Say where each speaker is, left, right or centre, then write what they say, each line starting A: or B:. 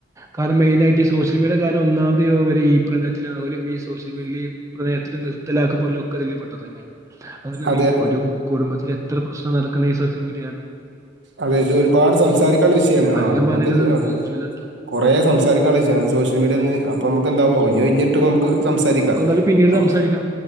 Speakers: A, on the right (about 15°); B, on the right (about 65°).
A: കാരണം മെയിനായിട്ട് ഈ സോഷ്യൽ മീഡിയ കാരണം ഒന്നാമത്ഈ പ്രണയത്തിലും അലും ഈ സോഷ്യൽ മീഡിയൽ ഈ പ്രയത്തിലൽ നിർത്തലാക്ക പോലും ഒക്കെ ഇതിൽ പ്പെട്ടത് തന്നെയാണ് <unintelligible>
B: അതെ
A: ഒരു കുടുംബത്തി ഇത്ര പ്രശ്ന നടക്കുണെ ഈ സോഷ്യൽ മീഡിയാകാരണം
B: അതെ ഇത് ഒരുപാട് സംസാരിക്കാനുള്ള വിഷയമാണ്
A: അധികം
B: ആ നമുക്ക്
A: പറഞ്ഞതിനകത്തൊന്നും
B: ഇത് ആ
A: കെഞ്ചൂലട്ടോ
B: കൊറെ സംസാരിക്കാനുള്ള വിഷയം അത്
A: ഉം
B: സോഷ്യൽ മീഡിയൽ
A: അതെ
B: നിന്ന്
A: അതെ
B: അപ്പൊ നമുക്ക് എന്താവോ ഇഞ് ഒഴിഞ്ട്ടുമ്പോൾ നമുക്ക് സംസാരിക്കാം
A: നമുക്ക് എന്തായാലും പിന്നീട്
B: അ
A: സംസാരിക്കാം